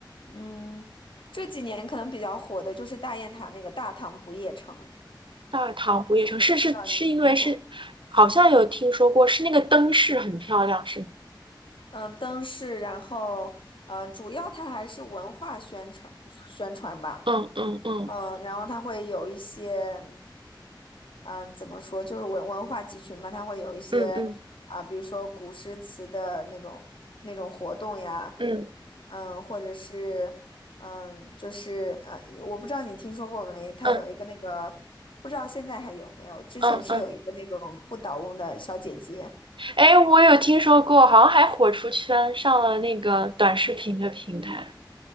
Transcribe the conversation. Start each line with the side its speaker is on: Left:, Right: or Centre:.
Left: 嗯，这几年可能比较火的就是大雁塔那个大唐不夜城，
Right: 大唐不夜城是是是因为是好像有听说过，
Left: 我不知道你听过吗
Right: 是那个灯饰很漂亮，是吗？
Left: 嗯，灯饰，然后呃，主要它还是文化宣传宣传吧。
Right: 嗯嗯嗯
Left: 嗯，然后它会有一些，嗯，怎么说，就是文文化集群嘛，它会有一些啊，
Right: 嗯嗯
Left: 比如说古诗词的那种那种活动呀，
Right: 嗯
Left: 嗯，或者是嗯，就是呃，我不知道你听说过没，它有一个那个，
Right: 嗯
Left: 不知道现在还有没有，之前是有一个那种不倒翁的小姐姐，
Right: 嗯嗯，哎，我有听说过，好像还火出圈，上了那个短视频的平台。